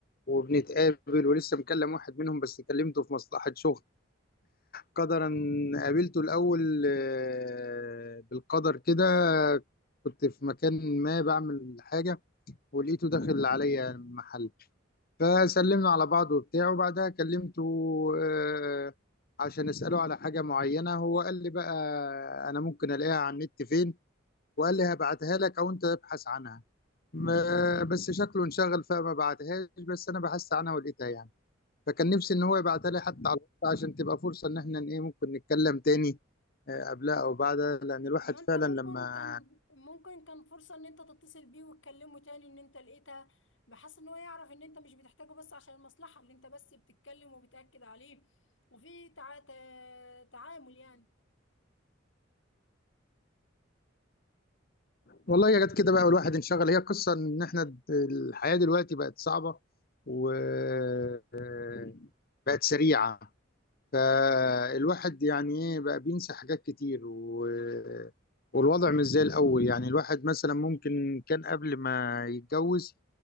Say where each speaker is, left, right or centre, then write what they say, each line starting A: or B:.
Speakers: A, on the left; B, on the left.
A: وبنتقابل ولسه مكلم واحد منهم بس كلمته في مصلحة شغل قدرا قابلته الأول آه بالقدر كده كنت في مكان ما بعمل حاجة ولقيته داخل عليا المحل فسلمنا على بعض وبتاع وبعدها كلمته آه، عشان اساله على حاجه معينه هو قال لي بقى انا ممكن الاقيها على النت فين وقال لي هبعتها لك او انت ابحث عنها ما- بس شكله انشغل فما بعتهاش بس انا بحثت عنها ولقيتها يعني فكان نفسي ان هو يبعتها لي حتى على الوقت عشان تبقى فرصه ان احنا ايه ممكن نتكلم تاني آه، قبلها او بعدها لان الواحد
B: طب ما انت
A: فعلا
B: ممكن
A: لما
B: كان ممكن كان فرصة ان انت تتصل بيه وتكلمه تاني ان انت لقيتها بحيث ان هو يعرف ان انت مش بتحتاجه بس عشان المصلحة اللي انت بس بتتكلم وبتأكد عليه وفي تع... تع... تعامل يعني
A: والله يا ريت كده بقى الواحد انشغل هي قصة ان احنا د- الحياة دلوقتي بقت صعبة و آه، بقت سريعة فالواحد يعني ايه بقى بينسى حاجات كتير و... آه، والوضع مش زي الأول يعني الواحد مثلا ممكن كان قبل ما يتجوز